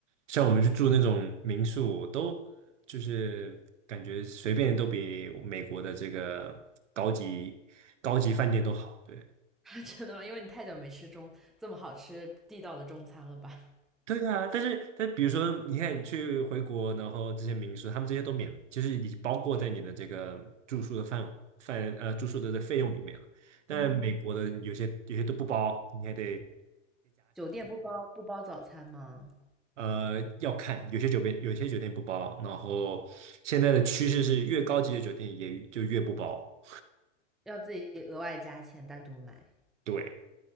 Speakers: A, on the right; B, in the centre.
A: 像我们去住那种民宿，都就是感觉随便都比美国的这个高级高级饭店都好，对。
B: <laughs> 真的吗？因为你太久没吃中这么好吃地道的中餐了吧？
A: 对啊，但是但比如说，你看你去回国，然后这些民宿，他们这些都免，就是已经包括在你的这个住宿的范范呃住宿的这费用里面了。但美国的有些有些都不包，
B: 嗯，
A: 你还得
B: 酒店不包不包早餐吗？
A: 呃要看，有些酒店有些酒店不包，然后现在的趋势是越高级的酒店也就越不包。
B: 要自己额外加钱单独买。
A: 对，